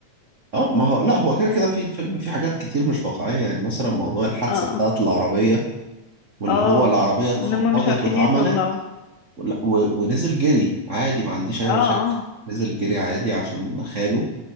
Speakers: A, on the right; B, on the left.
A: اه ما هو لا
B: يعني
A: هو كده كده في الفيلم في حاجات كتير مش واقعية يعني مثلا موضوع الحادثة
B: اه
A: بتاعت العربية واللي
B: اه
A: هو العربية اتخبطت
B: ان هم مش عارفين
A: واتعملت
B: يطلعوا
A: ولا- و- ونزل جري عادي ما عنديش أي
B: اه
A: مشاكل
B: اه
A: نزل جري عادي عشان خاله